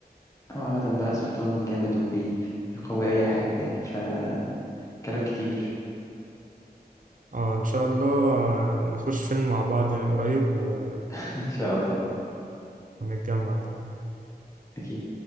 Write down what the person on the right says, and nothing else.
اه إن شاء الله آه، نخش فيلم مع بعض يعني قريب و-
ونتجمع كده